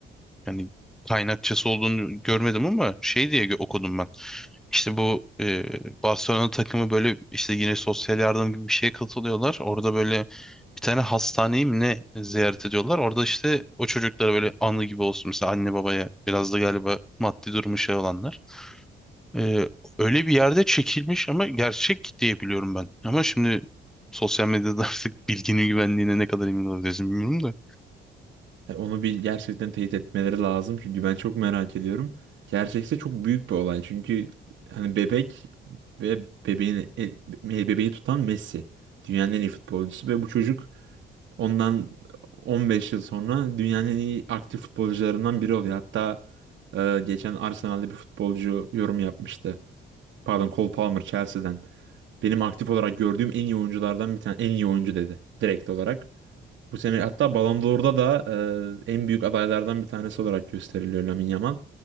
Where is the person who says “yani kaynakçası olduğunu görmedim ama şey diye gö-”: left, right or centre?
Centre